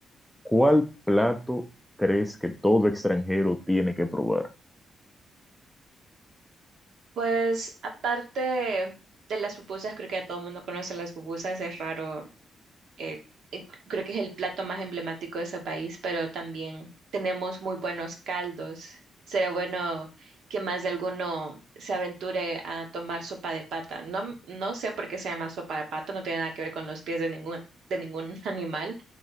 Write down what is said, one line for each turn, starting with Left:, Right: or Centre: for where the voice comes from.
Centre: ¿cuál plato crees que todo extranjero tiene que probar?
Right: Pues aparte de las pupusas, creo que ya todo el mundo conoce las pupusas, es raro eh, eh, creo que es el plato más emblemático de ese país, pero también tenemos muy buenos caldos. Sería bueno que más de alguno se aventure a tomar sopa de pata. No, no sé por qué se llama sopa de pata, no tiene nada que ver con los pies de ningún, de ningún <laughs> animal